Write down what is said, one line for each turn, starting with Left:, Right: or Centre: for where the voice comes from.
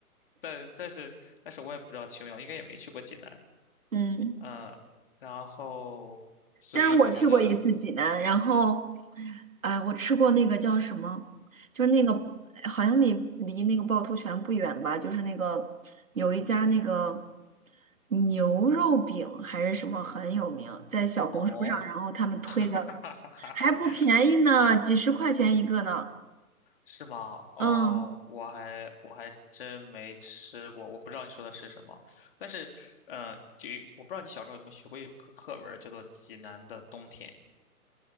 Left: 但但是但是我也不知道琼瑶应该也没去过济南，
Right: 嗯，
Left: 嗯，然后所以我觉得
Right: 但是我去过一次济南，然后，哎，我吃过那个叫什么，就是那个好像离离那个趵突泉不远吧，就是那个有一家那个牛肉饼还是什么很有名，在小红书上，
Left: 哦，
Right: 然后他们推的。
Left: <laughs> 哈哈哈哈哈。
Right: 还不便宜呢，几十块钱一个呢。
Left: 是吗？哦，
Right: 嗯，
Left: 我还我还真没吃过，我不知道你说的是什么。但是，呃，就我不知道你小时候有没有学过一个课文儿叫做《济南的冬天》，